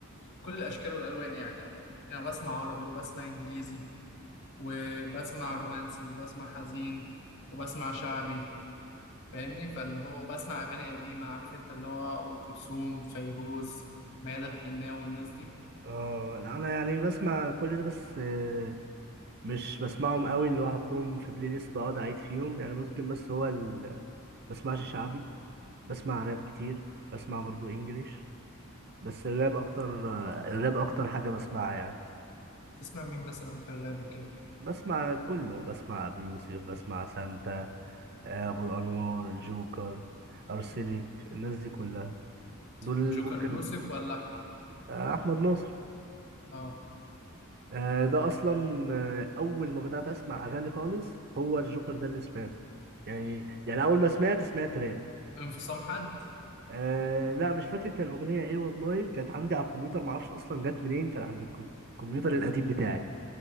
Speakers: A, on the left; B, on the right.
A: كل الاشكال والالوان يعني عموما. يعني بسمع عربي وبسمع انجليزي وبسمع رومانسي وبسمع حزين وبسمع شعبي فاهمني فاللي هو وبسمع اغاني قديمه عارف انت اللي هو ام كلثوم فيروز ميادة الحناوي والناس دي
B: اه لا، انا يعني بسمع كل ده بس آه، مش بسمعهم قوي اللي هو احطهم في بلاي ليست واقعد اعيد فيهم يعني ممكن بس هو ال... بسمعش شعبي بسمع راب كتير بسمع برضو انجليش بس الراب اكتر آه، الراب اكتر حاجة بسمعها يعني
A: تسمع مين مثلا في الراب وكده
B: بسمع كله بسمع ابي يوسف بسمع سانتا آه، ابو الانوار جوكر ارسلك الناس دي كلها دول اللي
A: الجوكر
B: ممكن
A: يوسف ولا احمد
B: آه، احمد ناصر
A: اه
B: آه، ده اصلا آه، اول ما بدأت اسمع اغاني خالص هو الجوكر ده اللي سمعته يعني يعني اول ما سمعت سمعت راب
A: انفصام حد
B: أه لا مش فاكر كان الاغنيه ايه والله كانت عندي على الكمبيوتر ما اعرفش اصلا جت منين كان عندي الكو- الكمبيوتر القديم بتاعي